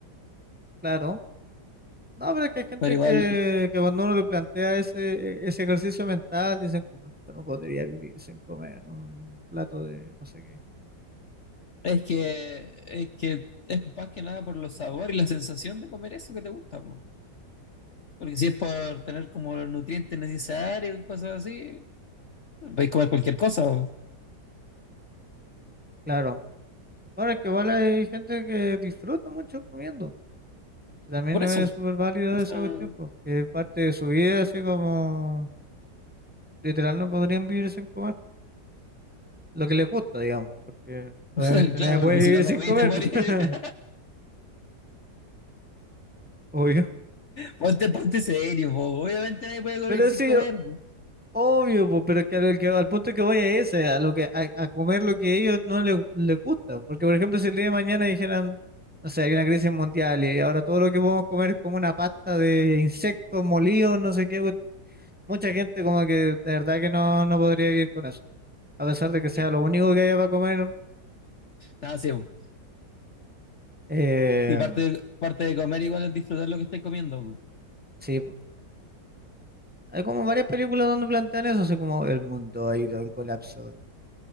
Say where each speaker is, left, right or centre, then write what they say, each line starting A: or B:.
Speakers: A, in the centre; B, on the left.
A: Claro. No, pero es que hay gente
B: pero igual
A: que, que cuando uno le plantea ese, ese ejercicio mental, dicen como, yo no podría vivir sin comer un plato de no sé qué.
B: es que es que es más que nada por los sabores y la sensación de comer eso que te gusta, po. Porque si es por tener como los nutrientes necesarios y cosas así, podéis comer cualquier cosa, po.
A: Claro. Bueno, es que igual hay gente que disfruta mucho comiendo. que También
B: por
A: es
B: eso.
A: súper válido
B: O
A: esa
B: sea,
A: cuestión, porque es parte de su vida, así como literal no podrían vivir sin comer. Lo que les gusta, digamos, porque obviamente
B: <laughs> claro,
A: nadie puede
B: porque
A: vivir
B: si no comís
A: sin comer,
B: te morís.
A: po, <laughs>
B: <laughs>
A: obvio.
B: Ponte, ponte serio, po. Obviamente nadie puede comer
A: Pero
B: sin
A: sí,
B: comer, po.
A: obvio, po, pero que al, que- al punto que voy es ese, a, lo que, a, a comer lo que a ellos no les, les gusta. Porque, por ejemplo, si el día de mañana dijeran, no sé, hay una crisis mundial y ahora todo lo que podemos comer es como una pasta de insectos molidos, no sé qué. mucha gente como que de verdad que no, no podría vivir con eso. A pesar de que
B: Rico.
A: sea lo único que haya para comer,
B: Nada, sí, po.
A: eh,
B: Sí, parte de, parte de comer igual es disfrutar lo que estáis comiendo. po.
A: sí. po. Hay como varias películas donde plantean eso, así como el mundo ha ido al colapso.